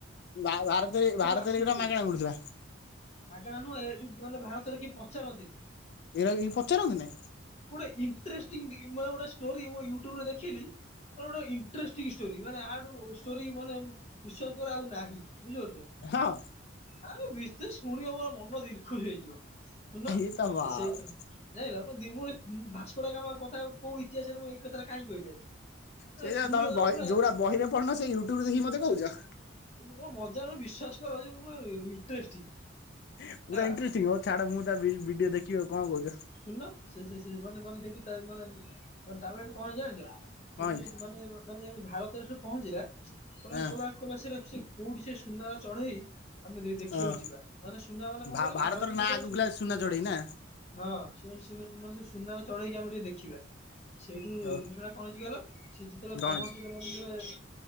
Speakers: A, on the left; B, on the left.
A: ଭାର ଭାରତରେ ଭାରତରେ
B: ଆସୁଛି
A: ଏଗୁଡା
B: କୋଉଠୁ
A: ମାଗଣା ମିଳୁଥିଲା।
B: ମାଗଣା ନୁହଁ ଏଠି ମାନେ ଭାରତରେ କିଏ ପଚାରନ୍ତିନି।
A: ଏରା କେହି ପଚାରନ୍ତିନି?
B: ଗୋଟେ ଇଣ୍ଟରେଷ୍ଟିଇଂ ଦି ମାନେ ଗୋଟେ ଷ୍ଟୋରୀ ୟୁଟୁବରେ ଦେଖିଲି ମ ଗୋଟେ ଇତେଁରେଷ୍ଟ ଟି ଷ୍ଟୋରୀ ମାନେ ଆଠୁ ଷ୍ଟୋରୀ ମାନେ ବିଶ୍ୱାସ କର ଆଉ ନାହିଁ ବୁଝିପାରୁଛ?
A: ହଁ।
B: ଆଁ <unintelligible> ଶୁଣି ମୋର ମନ ଦିଲ୍ ଖୁସ୍ ହେଇଯିବ ଶୁଣୁନ
A: ଇଏ ତ ବାବରେ
B: ସେ ସେ ଯାଇଲ ମୁ ଡି ଭସ୍କୋଡଗାମା କଥା କୋଉ ଇତିହାସରେ ମୁଁ ଏକଥାରେ କାହିଁକି କହିଲି ଆଜି।
A: ସେଇଟା
B: ଶୁଣିବ
A: ତମେ ବହି
B: ପୁରା
A: ଯଉଟା ବହିରେ ପଢ଼ୁନ ସେ ୟୁଟ୍ୟୁବରେ ଦେଖିକି ମତେ କହୁଚ।
B: ଲୋକ ମଜାରେ ବିଶ୍ଵାସ କର ଯଉ ପୁରା ଇଣ୍ଟରେଷ୍ଟିଂ।
A: ପୁରା
B: ହେଲା
A: ଇଣ୍ଟେର୍ଷ୍ଟିଂ ହଉ ଛାଡ ମୁଁ ତା ଭି- ଭିଡିଓ ଦେଖିବି ଆଉ କଣ କହୁଚ।
B: ଶୁନନ ସେ ସେ ସେ ମାନେ ମାନେ <unintelligible> ତାପରେ ଏଠୁ କଣ ହେଇଚି ଜାଣିଚ
A: କଣ
B: <unintelligible>
A: ହେଇଛି
B: ମାନେ ଯେମିତି ଭାରତରେ ସେ ପହଞ୍ଚିଲା କହିଲା
A: ଏଁ
B: କହିଲା କଲା ସେର ସେ କୋଉଠି ସେ ସୁନାର ଚଢେଇ? ଆମେ ଦେଖିବାକୁ
A: ଅଁ
B: ଯିବା ମାନେ ସୁନା ମାନେ କଣ
A: ଭା
B: କହିଲ
A: ଭାରତର
B: ଭାରତକୁ
A: ନାଁ
B: ସେତବେଳେ
A: ଆଗକୁ
B: ସୁ
A: ଥିଲା ସୁନା ଚଢ଼େଇ ନା?
B: ହଁ ସେ ସେ ମାନେ ସୁନାର ଚଢେଇକି ଆମେ ଟିକେ ଦେଖିବା। ସେଇଠୁ
A: ଓ
B: ଜିନିଷ ଟା କଣ ହେଇଚି କହିଲ ସେ ଯେତେବେଳେ
A: କଣ
B: ପହଞ୍ଚିଲେ
A: ହେଇଛି
B: ମାନେ ଯେ